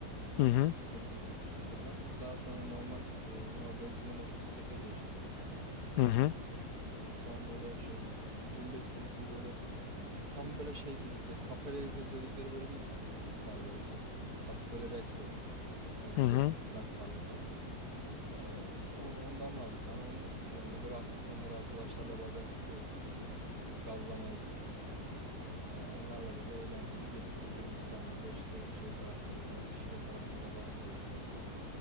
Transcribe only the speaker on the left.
Hı
hı.
Hı
hı.
Hı hı.